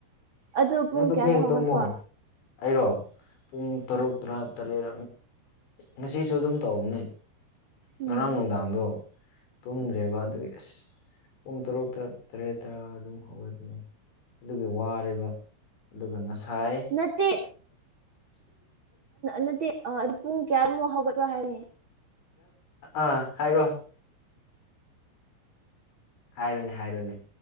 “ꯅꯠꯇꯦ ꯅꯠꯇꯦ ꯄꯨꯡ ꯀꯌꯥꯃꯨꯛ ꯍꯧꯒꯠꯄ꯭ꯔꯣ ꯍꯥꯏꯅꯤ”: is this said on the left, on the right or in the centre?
Right